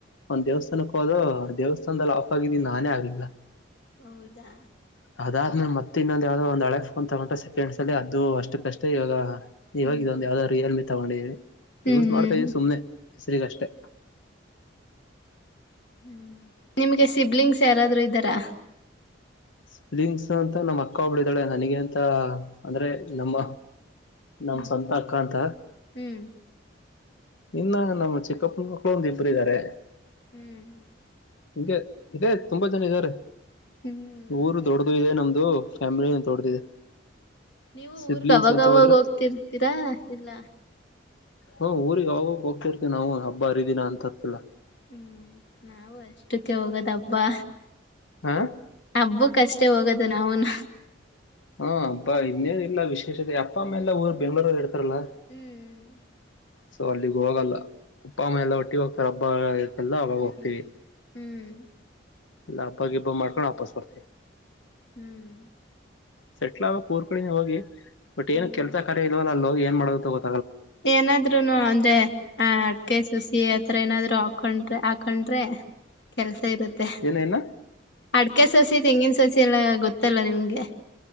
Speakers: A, on the left; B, on the left.
A: ಒಂದ್ ದೇವಸ್ಥಾನಕ್ ಹೋದು ದೇವಸ್ಥಾನದಲ್ಲಿ ಆಫ್ ಆಗಿದ್ದೀನಿ ನಾನೇ ಆಗ್ಲಿಲ್ಲ
B: ಹೌದಾ
A: ಅದಾದ್ಮಲೆ ಮತ್ತೆ ಇನ್ನೊಂದು ಯಾವವುದೋ ಒಂದು ಹಳೆ ಒಂದು ತಗೊಂಡ್ರೇ ಸೆಕೆಂಡ್ಸಲ್ಲಿ ಅದು ಅಷ್ಟಕ್ಕಷ್ಟೇ ಇವಾಗ.. ಇವಾಗ
B: ಹ್ಮ್
A: ಇದೊಂದ ಯಾವುದೂ ರಿಯಲ್ ಮೀ.. ತಗೊಂಡಿದ್ದಿ
B: ಹ್ಮ್
A: ಯೂಸ್ ಮಾಡ್ತಾ
B: ಹ್ಮ್
A: ಇಧಿವ ಸುಮ್ನೆ ಹೆಸರಿಗಷ್ಟೆ
B: ಹ್ಮ ನಿಮ್ಗೆ ಸಿಬ್ಲಿಂಗ್ಸ್ ಯಾರಾದ್ರೂ ಇದ್ದಾರಾ
A: ಸ್ಪಲಿಂಗ್ಸ್ ಅಂತ ನಮ್ಮ ಅಕ್ಕ ಒಬ್ಳು ಇದಿದಾಳೆ ನನಗೆ ಅಂತ ಅಂದ್ರೆ ನಮ್ಮ.. ನಮ್ಮ
B: ಹ್ಮ್
A: ಸಂತ ಅಕ್ಕ ಅಂತ
B: ಹ್ಮ್
A: ಇನ್ನ ನಮ್ಮ ಚಕ್ಕಪ್ಪನ ಮಕ್ಕಳು ಒಂದ ಇಬ್ಬರ ಇದ್ದಾರೆ
B: <inaudible>
A: ನಿಂಗೆ ಇದೆ ತುಂಬಾ ಜನ ಇದಾರೆ
B: ಹ್ಮ್ ಹ್ಮ್
A: ಊರು ದೊಡ್ಡದು ಇದೆ ನಮ್ದು ಫ್ಯಾಮಿಲಿ ದೊಡ್ಡ್ದಿದೆ
B: ನೀವು
A: ಸಿಬ್ಲಿಂಗ್ಸ್
B: ಊರ್ಗ್ ಅವಾಗವಾಗ
A: ಅಂತ ಹೋದ್ರೆ..
B: ಹೋಗ್ತಿರ್ತೀರಾ ಇಲ್ಲ.
A: ಹ್ಮ ಊರಿಗೆ ಅವಾಗಕ್ ಹೋಗ್ತಿರ್ತಿವಿ ನಾವು ಹಬ್ಬ ಹರಿದಿನಾ ಅಂದಕೆಲ್ಲ
B: ಹ್ಮ್ ನಾವು ಅಷ್ಟಕ್ಕೆ ಹೋಗೋದ ಹಬ್ಬಾ..
A: ಹಾ
B: ಹಬ್ಬುಕ ಅಷ್ಟೇ ಹೋಗೋದು ನಾವುನೂ
A: ಹಾ ಹಬ್ಬಾ ಇನ್ನೇನ ಇಲ್ಲ ವಿಶೇಷತೆ ಅಪ್ಪ ಅಮ್ಮ ಎಲ್ಲ ಊರು ಬೆಂಗಳೂರು ಅಲ್.. ಆತರಲ್ಲ
B: ಹ್ಮ್
A: ಸೊ ಅಲ್ಲಿಗ್ ಹೋಗಲ್ಲ ಅಪ್ಪ ಅಮ್ಮ ಎಲ್ಲ ಒಟ್ಟಿಗೆ ಹೋಗ್ತಾರೆ ಹಬ್ಬ.. ಎಲ್ಲ ಅವಾಗ
B: ಹ್ಮ್
A: ಹೋಗ್ತೀವಿ
B: ಹ್ಮ್
A: ಅಲ್ಲ ಹಬ್ಬಾಗಿಬ್ಬ ಮಾಡ್ಕೊಂಡ ವಾಪಾಸ್ ಬರ್ತೀವಿ
B: ಹ್ಮ್
A: ಸೆಟ್ಲ್ ಆಗೋದ ಕೂರ್ ಕಡೆನೆ ಹೋಗಿ ಬಟ್
B: ಹ್ಮ್
A: ಏನ ಕೆಲ್ಸ ಕಾರ್ಯ ಇಲ್ವಲ್ಲ ಅಲ ಹೋಗಿ.. ಮಾಡೋದ ಅಂತ ಗೊ..
B: ಏನಾದ್ರುನು ಅಂದೆ ಆ ಕೆಸ್.. ಸಸಿ ಆತ್ರ ಏನಾದ್ರು ಹಾಕೊಂಡ್ರೆ ಹಾಕೊಂಡ್ರೆ ಕೆಲ್ಸ.. ಇರತ್ತೆ
A: ಏನೇನ
B: ಅದ್ಕೆ ಸಸಿ ತೆಂಗಿನ ಸ... ಸಸಿ ಎಲ್ಲ ಗೊತ್ತಲ್ಲ ನಿಮ್ಗೆ